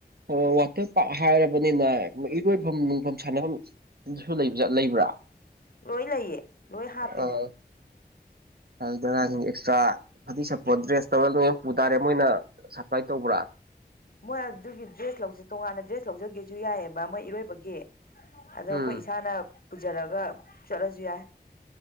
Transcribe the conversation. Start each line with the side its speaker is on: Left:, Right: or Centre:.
Right: ꯑꯣ ꯋꯥꯇꯔ ꯄꯥꯔꯛ ꯍꯥꯏꯔꯕꯅꯤꯅ ꯏꯔꯣꯏꯐꯝ ꯅꯨꯡꯐꯝ ꯁꯥꯟꯅꯐꯝꯁꯨ ꯂꯩꯕ꯭ꯔꯥ
Left: ꯂꯣꯏ ꯂꯩꯌꯦ ꯂꯣꯏ ꯍꯥꯞꯄꯤꯅꯦ
Right: ꯑꯥ ꯑꯥ ꯑꯗꯨꯗꯁꯤꯡ ꯑꯦꯛꯁꯇ꯭ꯔꯥ ꯐꯗꯤ ꯁꯄꯣ ꯗ꯭ꯔꯦꯁ ꯇꯧꯔꯒ ꯂꯣꯏ ꯄꯨ ꯇꯥꯔꯦ ꯃꯣꯏꯅ ꯁꯄ꯭ꯂꯥꯏ ꯇꯧꯕ꯭ꯔꯥ
Left: ꯃꯣꯏ ꯑꯗꯨꯒꯤ ꯗ꯭ꯔꯦꯁ ꯂꯧ ꯇꯣꯉꯥꯟꯅ ꯗ꯭ꯔꯦꯁ ꯂꯧꯖꯒꯦꯁꯨ ꯌꯥꯏꯑꯕ ꯃꯣꯏ ꯏꯔꯣꯏꯕꯒꯤ ꯑꯗꯣ
Right: ꯎꯝ
Left: ꯑꯩꯈꯣꯏ ꯏꯁꯥꯅ ꯄꯨꯖꯔꯒ ꯆꯠꯂꯁꯨ ꯌꯥꯏ